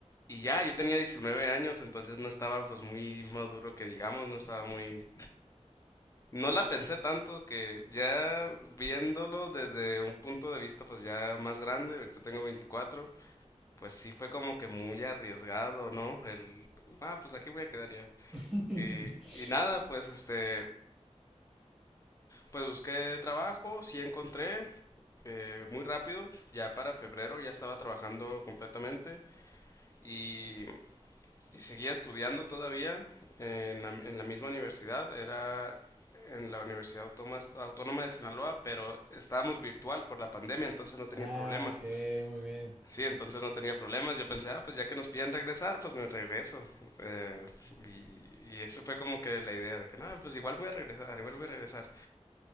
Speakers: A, on the left; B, in the centre.
A: y ya, yo tenía 19 años, entonces no estaba pues muy maduro que digamos, no estaba muy... No la pensé tanto que ya viéndolo desde un punto de vista pues ya más grande, ahorita tengo veinticuatro pues sí fue como que muy arriesgado, ¿no? El, ah, pues aquí voy a quedar ya.
B: <laughs>
A: Y, y nada, pues este, pues busqué trabajo, sí encontré, eh, muy rápido, ya para febrero ya estaba trabajando completamente y Y seguía estudiando todavía en la, en la misma universidad, era en la Universidad Autónoma, de Sinaloa, pero estábamos virtual por la pandemia, entonces no tenía
B: Ah,
A: problemas.
B: ok, muy bien.
A: Sí, entonces no tenía problemas. Yo pensé, ah, pues ya que nos piden regresar, pues me regreso. Eh, y, y eso fue como que la idea de que, no, pues igual voy a regresar, igual voy a regresar.